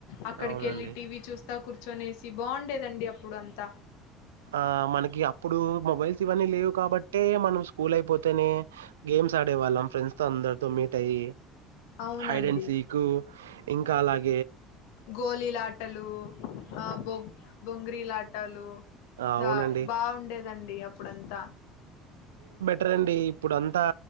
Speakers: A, on the left; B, on the right.
A: అక్కడికెళ్ళి
B: అవునండి
A: టీ వీ చూస్తాకూర్చొనేసి బాగుండేదండి అప్పుడు అంతా
B: ఆ మనకి అప్పుడూ మొబైల్ ఇవన్నీ లేవు కాబట్టే మనం స్కూల్ అయిపోతేనే గేమ్స్ ఆడేవాళ్ళం ఫ్రెండ్స్ తో అందరితో మీట్ అయ్యి
A: అవునండి.
B: హైడన్ సీకు ఇంకా అలాగ్
A: గోలీలాటలూ, ఆ బొ బొంగ్రీలాటల్ లు
B: ఆ అవునండి.
A: గా బావుండేదండి అప్పుడంతా
B: ట్రన్డి ఇప్పుడు అంతా